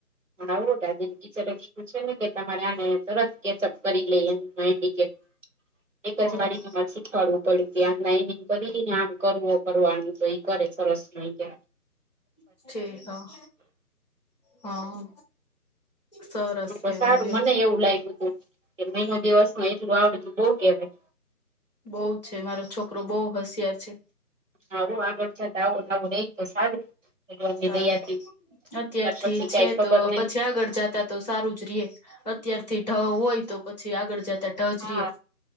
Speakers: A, on the right (about 50°); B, on the left (about 25°).
A: હાહો આજે એના ટીચરે કીધું છેને કે તમારે આને તરત કેચઅપ કરીલે એમ. હા ઠીક છે <unintelligible> એકજ
B: ઓહ
A: વારી તો માર્કશીટ થોડું થોડું તે આમ લાઈનિંગ કરી લ્યેને આમ કરવો કરવાનું તો એ કરે સરસ રીતે
B: ઠીક છે, હા. હા. સરસ
A: તો
B: કેવાય
A: સારું
B: લ્યો.
A: મને એવું લાગ્યું તું કે મહિનો દિવસમાં એટલું આવડે એટલું બોવ કેવાય.
B: બોવ છે, મારો છોકરો બઉુ હોશિયાર છે.
A: સારું આગળ જાતા આવો ને આવો રેય તો સારું ભગવાનની
B: સારું
A: દયાથી.
B: અત્યારથી
A: ત્યાર પછી
B: છેતો
A: કઈ ખબર નઈ
B: પછી આગળ જતા તો સારું જ રેય, અત્યારથી ઢ હોય તો પછી આગળ જતા ઢ જ
A: હા
B: રીએ.